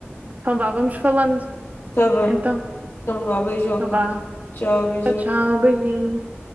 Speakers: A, on the right (about 35°); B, on the left (about 60°).
A: Então vá, vamos falando.
B: Está bem.
A: Então,
B: Então vá, beijoca.
A: então vá.
B: Tchau, beijinho.
A: Tchau, tchau, beijinho.